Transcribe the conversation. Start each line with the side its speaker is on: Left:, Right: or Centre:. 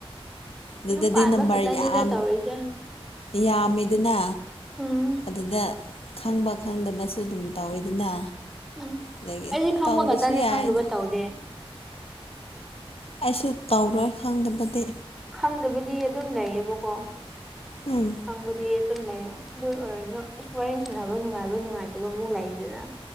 Left: ꯑꯗꯨꯗꯗꯤ
Centre: ꯌꯨꯝ ꯄꯥꯟꯕ
Left: ꯅꯝꯕꯔ
Centre: ꯈꯛꯇꯅꯤꯗ
Left: ꯌꯥꯝ
Centre: ꯇꯧꯔꯤꯁꯦ
Left: ꯌꯥꯝꯃꯦꯗꯅ
Centre: ꯎꯝ
Left: ꯑꯗꯨꯗ ꯈꯪꯕ ꯈꯪꯗꯕꯁꯨ ꯑꯗꯨꯝ ꯇꯧꯋꯤꯗꯅ
Centre: ꯎꯝ
Left: ꯑꯗꯒꯤ
Centre: ꯑꯩꯗꯤ ꯈꯪꯕ
Left: ꯇꯧꯗ꯭ꯔꯁꯨ
Centre: ꯈꯛꯇꯅꯦ
Left: ꯌꯥꯏꯗ
Centre: ꯈꯪꯗꯕ ꯇꯧꯗꯦ
Left: ꯑꯩꯁꯨ ꯇꯧꯔꯣꯏ ꯈꯪꯗꯕꯗꯤ
Centre: ꯈꯪꯗꯕꯗꯤ ꯑꯗꯨꯝ ꯂꯩꯌꯦꯕꯀꯣ
Left: ꯎꯝ
Centre: ꯈꯪꯕꯗꯤ ꯑꯗꯨꯝ ꯂꯩꯌꯦ ꯑꯗꯨ ꯑꯣꯏꯔꯁꯨ ꯑꯁ ꯋꯥꯔꯤ ꯁꯥꯟꯅꯕ ꯅꯨꯡꯉꯥꯏꯕ ꯅꯨꯡꯉꯥꯏꯇꯕ ꯑꯃꯨꯛ ꯂꯩꯌꯦꯗꯅ